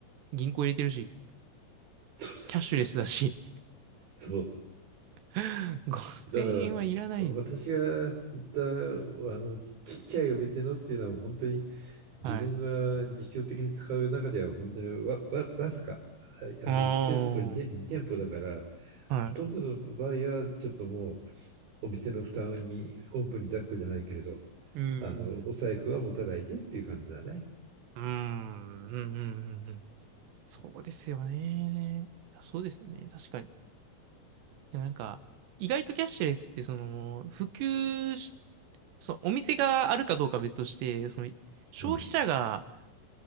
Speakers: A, on the right; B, on the right.
A: 銀行入れてるし
B: そうそうそうそう。
A: キャッシュレスだし
B: そう。そう
A: <laughs> 5000円はいらない
B: だから、私が行ったあのちっちゃいお店のっていうのは本当に自分が日常的に使う中では本当にわ、
A: はい。
B: わ、わずかあの1店舗2店、
A: あ
B: に店舗だから
A: あ、はい。
B: ほとんどの場合はちょっともうお店の負担におんぶに抱っこじゃないけれど
A: うん。
B: あの、お財布は持たないでっていう感じだね。
A: うん。うんうんうんうん。そうですよね。いやそうですよね。確かに。いやなんか、意外とキャッシュレスってその、普及し、そう、お店があるかどうかは別として、その、消費者が
B: うん。